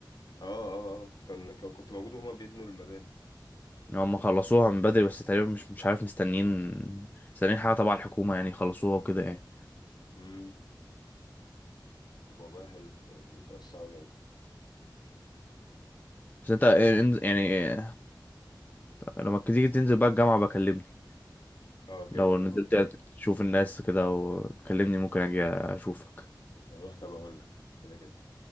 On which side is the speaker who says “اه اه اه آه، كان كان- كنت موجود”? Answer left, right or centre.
Left